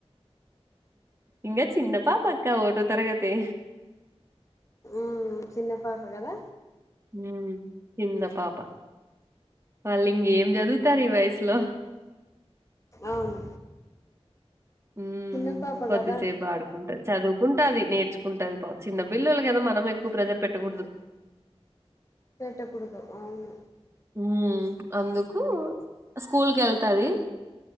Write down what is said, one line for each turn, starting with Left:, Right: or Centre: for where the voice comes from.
Right: ఇంక చిన్న పాపక్క ఓకటో తరగతి
Left: ఊ చిన్న పాప కదా
Right: ఊ చిన్న పాప వాళ్ళు ఇంకేం చదువుతారు ఈ వయసులో
Left: అవును
Right: ఊ
Left: చిన్న పాప
Right: కొద్దిసేపు
Left: కదా
Right: ఆడుకు ఉంటది చదువుకుంటది నేర్చుకుంటది చిన్న పిల్లలు కదా మనం ఎక్కువ ప్రెజర్ పెట్టకూడదు
Left: పెట్టకూడదు అవును
Right: ఊ అందుకు స్కూల్ కు వెళ్తాది